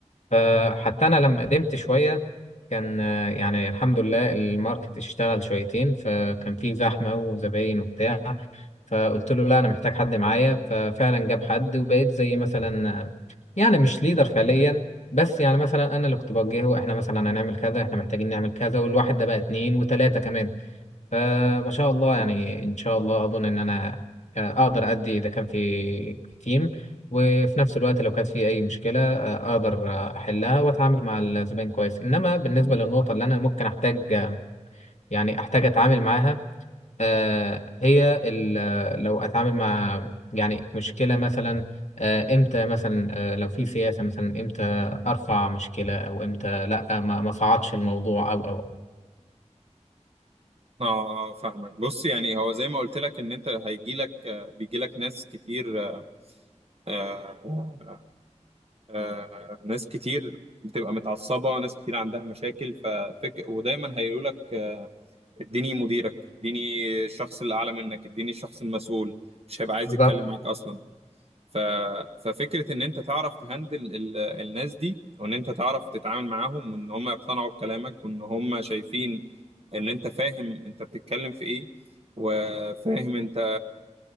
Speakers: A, on the left; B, on the right.
A: فحتى أنا لما قدمت شوية كان آه، يعني الحمد لله الماركت اشتغل شويتين فكان في زحمة وزباين وبتاع فقلت له لا انا محتاج حد معايا ففعلا جاب حد وبقيت زي مثلا يعني مش ليدر فعليا بس يعني مثلا انا اللي كنت بوجهه احنا مثلا هنعمل كذا احنا محتاجين نعمل كذا والواحد ده بقى اتنين وتلاتة كمان فما شاء الله يعني ان شاء الله اظن ان انا آه، اقدر ادي اذا كان في تيم وفي نفس الوقت لو كانت في اي مشكلة آه، اقدر آه، احلها واتعامل مع الزبائن كويس انما بالنسبة للنقطة اللي انا ممكن احتاج آه، يعني احتاج اتعامل معاها آه، هي ال- لو اتعامل مع يعني مشكله مثلا آه، امتى مثلا آه، لو في سياسه مثلا امتى ارفع مشكله او امتى لا ما ما صعدش الموضوع او او
B: اه اه فاهمك بص يعني هو زي ما قلت لك ان انت هيجي لك آه، بيجي لك ناس كتير آه، آه، آه، آه، ناس كتير بتبقى متعصبة ناس كتير عندها مشاكل ففك ودايما هيقولوا لك آه، اديني مديرك اديني الشخص اللي اعلى منك اديني الشخص المسؤول مش هيبقى عايز
A: بالظبط
B: يتكلم معاك اصلا ف... ففكرة ان انت تعرف تهندل ال... الناس دي وان انت تعرف تتعامل معاهم وان هم يقتنعوا بكلامك وان هم شايفين ان انت فاهم انت بتتكلم في ايه وفاهم انت